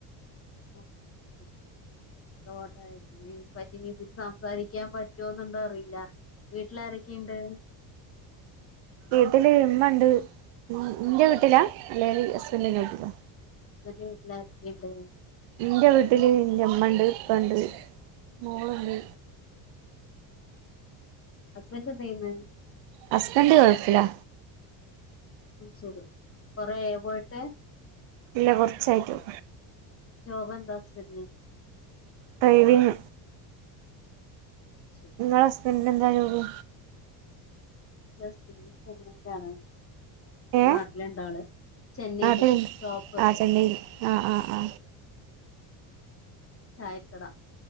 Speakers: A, on the left (about 30°); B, on the right (about 70°).
A: ആ ശ <unintelligible> ഇതിൽ സംസാരിക്കാൻ പറ്റുന്നുണ്ടോ അറിയില്ല വീട്ടിലാരൊക്കെ ഇണ്ട്
B: വീട്ടില് ഇമ്മ ഉണ്ട് ഇന്റെ വീട്ടിലാ അല്ലെ ഹസ്ബന്റിന്റെ വീട്ടിലാ
A: നിൻ്റെ വീട്ടിൽ ആരൊക്കെയുണ്ട്
B: ഇന്റെ വീട്ടില് ഇന്റെ ഇമ്മണ്ട് ഇപ്പണ്ട് മോളുണ്ട്
A: ഹസ്ബൻഡ് എന്തായ്യ്ന്നേ
B: ഹസ്ബൻഡ് ഗൾഫിലാ
A: ഉം സുഖം കുറെ ആയോ പോയിട്ട്
B: ഇല്ല കുറച്ചായിട്ടുളളു
A: ജോബ് എന്താ ഹസ്ബന്റിന്
B: ഡ്രൈവിംഗ്
A: ആ ശരി
B: ഇങ്ങളെ ഹസ്ബന്റിനെന്താ ജോബ്
A: അന്റെ ഹസ്ബൻഡ് ചെന്നൈയിലാണോ ഇപ്പൊ
B: ഏ
A: നാട്ടില് ഉണ്ടോ ആള് ചെന്നൈയില്
B: നാട്ടിലുണ്ട്
A: ഷോപ്പ്
B: ആ ചെന്നൈയിൽ ആ ആ ആ
A: ചായക്കട